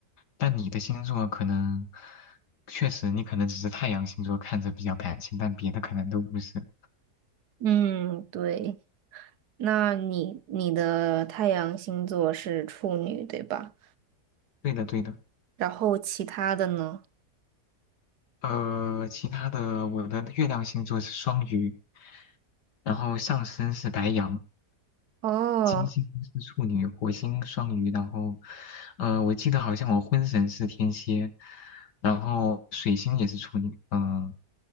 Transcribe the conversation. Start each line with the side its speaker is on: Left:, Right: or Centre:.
Left: 但你的星座可能确实，你可能只是太阳星座看着比较感性，但别的可能都不是。
Right: 嗯，对，那你你的太阳星座是处女，对吧？
Left: 对的，对的。
Right: 然后其他的呢？
Left: 呃，其他的，我的月亮星座是双鱼，然后上升是白羊。
Right: 哦。
Left: 金星是处女，火星双鱼，然后，呃，我记得好像我婚神是天蝎，然后水星也是处女，嗯、